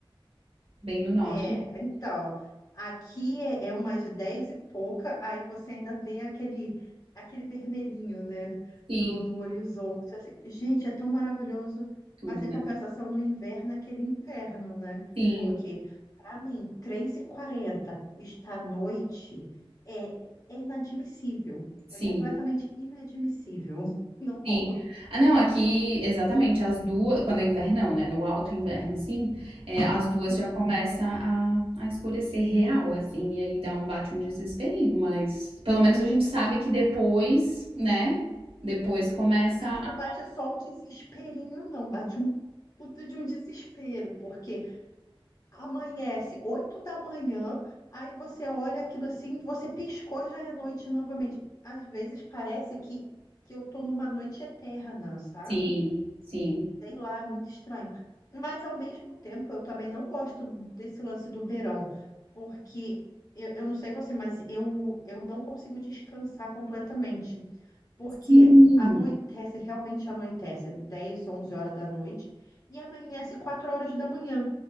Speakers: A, on the right (about 85°); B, on the left (about 40°).
A: bem no norte.
B: É, então, aqui é, é umas 10 e pouca, aí você ainda vê aquele, aquele vermelhinho, né,
A: Sim,
B: no, no horizonte, assim. Gente, é tão maravilhoso,
A: tudo,
B: mas em
A: né?
B: compensação, no inverno, é aquele inferno, né?
A: Sim,
B: Porque, para mim, três e quarenta está à noite é, é inadmissível,
A: sim,
B: é completamente inadmissível, <laughs> não rola.
A: sim. Ah, não, aqui, exatamente, as duas, quando é invernão, né? No alto inverno, assim, é, as duas
B: Sim,
A: já começa a, a escurecer real, assim, e aí dá um bate um desesperinho, mas pelo menos a gente sabe que depois, né? Depois começa
B: pra
A: a.
B: mim não bate só um desesperinho, não, bate um puta de um desespero, porque Amanhece oito da manhã, aí você olha aquilo assim, você piscou e já é noite novamente. Às vezes parece que, que eu tô numa noite eterna, sabe?
A: Sim, sim.
B: Sei lá, é muito estranho. Mas ao mesmo tempo, eu também não gosto desse lance do verão, porque eu, eu não sei você, mas eu, eu não consigo descansar completamente, porque
A: Sim,
B: anoitece, realmente anoitece, 10, 11 horas da noite, e amanhece 4 horas da manhã.